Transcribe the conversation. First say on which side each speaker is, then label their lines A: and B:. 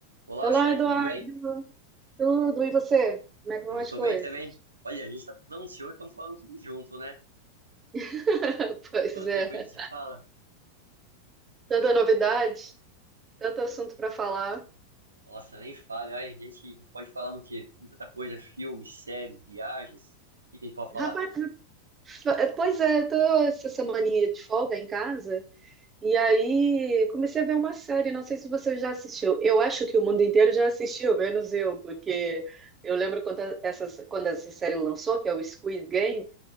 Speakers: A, on the right (about 75°); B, on the right (about 20°).
A: Olá,
B: Olá,
A: Chay,
B: Eduardo,
A: tudo bem?
B: tudo e você? Como é que vão
A: Eu
B: as
A: tô
B: coisas?
A: bem também. Olha, a gente tá tudo ansioso, estamos falando tudo junto, né?
B: <laughs> Pois
A: Quanto
B: é,
A: tempo a gente se fala?
B: tanta novidade, tanto assunto para falar.
A: Nossa, nem fale. Olha, a gente pode falar do quê? Tem tanta coisa, filmes, séries, viagens. O que que a gente pode falar?
B: Rapaz, é, pois é, tô essa semaninha de folga em casa e aí comecei a ver uma série, não sei se você já assistiu. Eu acho que o mundo inteiro já assistiu, menos eu, porque eu lembro quando essa, quando essa série lançou, que é o Squid Game,